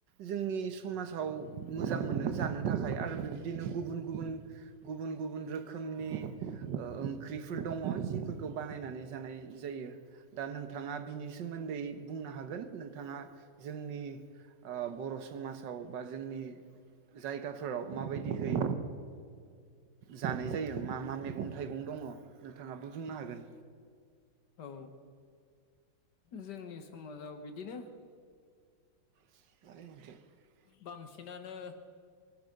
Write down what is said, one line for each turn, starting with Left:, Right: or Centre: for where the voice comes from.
Right: जोंनि समाजाव मोजां मोनो जानो थाखाय आरो बिदिनो गुबुन गुबुन गुबुन गुबुन रोखोमनि ओ ओंख्रिफोर दङ। फोरखौ बानायनानै जानाय जायो दा नोंथाङा बिनि सो सोमोन्दै बुंनो हागोन नोंथाङा जोंनि ओ बर' समाजाव बा जोंनि जायगाफोराव माबायदिहै जानाय जायो मा मा मैगं थाइगं दङ नोंथाङाबो बुंनो हागोन
Left: औ जोंनि समाजाव बिदिनो
Right: <unintelligible>
Left: बांसिनानो